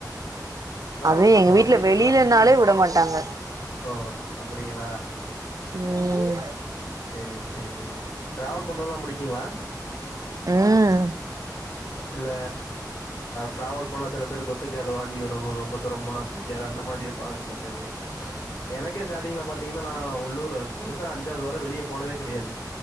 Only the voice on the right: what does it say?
அதே
எங்க வீட்ல
வெளிலனாலே
உட மாட்டாங்க
ம்
ம் ம்
<unintelligible>